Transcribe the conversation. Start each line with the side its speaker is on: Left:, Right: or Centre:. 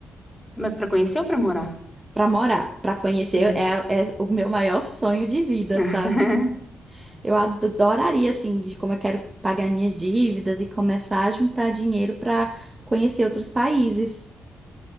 Centre: Mas pra conhecer ou pra morar?
Right: Pra morar, pra conhecer,
Centre: Uhum.
Right: é, é o meu maior sonho de vida,
Centre: <laughs>
Right: sabe? Eu adoraria, assim, de como eu quero pagar minhas dívidas e começar a juntar dinheiro pra conhecer outros países.